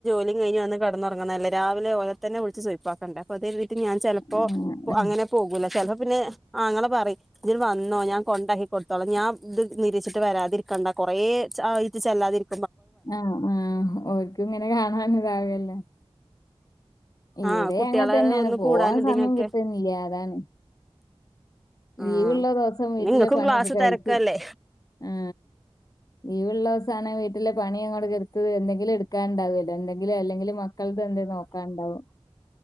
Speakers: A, in the centre; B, on the left.
A: ഇം കെയ്ഞ്ഞ് വന്ന് കടന്നൊറങ്ങ്ണ അല്ലെ രാവിലെ ഓലത്തന്നെ വിളിച്ച് സുയ്പ്പാക്കണ്ടെ അത് കേരതി <unintelligible> ഞാൻ ചെലപ്പോ
B: ആഹ്.
A: ഒ അങ്ങനെ പോകൂല ചെല പിന്നെ ആങ്ങള പറയും യ് ണ്ട് വന്നോ ഞാൻ കൊണ്ടാക്കി കൊടുത്തോളാം ഞാൻ ത് നിരീച്ചിട്ട് വരാതിരിക്കണ്ട കൊറേ ച ആയ്റ്റ് ചെല്ലാതിരി
B: ആ ആ ഓൽക്ക് ങ്ങനൊരു ആങ്ങള ണ്ടാവൂലെല്ലോ ഇവിടെ
A: ആ കുട്ടികളെ
B: അങ്ങൻ തന്നെയാണ്
A: ഒന്ന്
B: പോവാൻ
A: കൂടാനും ഇതിനൊക്കെ
B: സമയം കിട്ട്ന്നില്ല അതാണ്
A: ആ
B: ലീവ്ള്ള ദൊവസം വീട്ടിലെ
A: നിങ്ങൾക്കും
B: പണിയൊക്കെ
A: ക്ലാസ്
B: കഴിക്കും
A: തിരക്കല്ലേ
B: ആ ലീവ്ള്ള ഓസാണെ വീട്ടിലെ പണി അങ്ങോട്ട് എന്തെങ്കിലു എടുക്കാണ്ടാവോല്ലോ എന്ന് <unintelligible> ങ്കിലെ അല്ലെങ്കില് മക്കൾത് എന്തെ നോക്കാണ്ടാവും